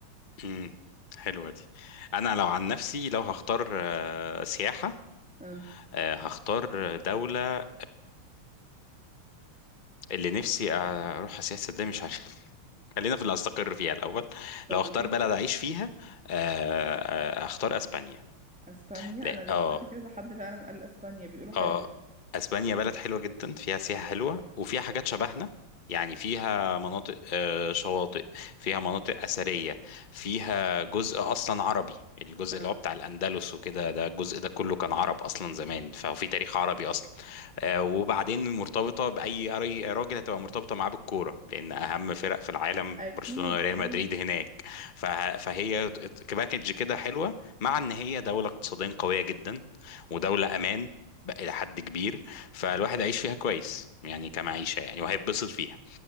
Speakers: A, on the left; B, in the centre.
A: امم حلوه دي انا لو عن نفسي لو هختار آه، سياحه
B: اه
A: آه، هختار دولة اللي نفسي اروح سياحه صدق مش عارف <laughs> خلينا في اللي هستقر فيها الاول
B: طب
A: لو اختار
B: اوكي
A: بلد اعيش فيها آه، آه، اختار اسبانيا
B: اسبانيا
A: لا
B: انا
A: اه
B: سمعت كذا حد فعلا قال اسبانيا بيقولوا حلوة
A: اه اسبانيا بلد حلوه جدا فيها سياحه حلوه وفيها حاجات شبهنا يعني فيها مناطق آه، شواطئ فيها مناطق اثريه فيها جزء اصلا عربي الجزء
B: اه
A: اللي هو بتاع الاندلس وكده ده الجزء ده كله كان عرب اصلا زمان ففي تاريخ عربي اصلا آه، وبعدين مرتبطه باي أي راجل هتبقى مرتبطه معاه بالكوره لان اهم فرق في العالم
B: اكيد
A: برشلونه وريال
B: اه
A: مدريد هناك فه- فهي ت- ت- كباكج كده حلوه مع ان هي دوله اقتصاديا قويه جدا ودولة أمان بقى إلى حد كبير فالواحد هيعيش فيها كويس يعني كمعيشة يعني وهيتبسط فيها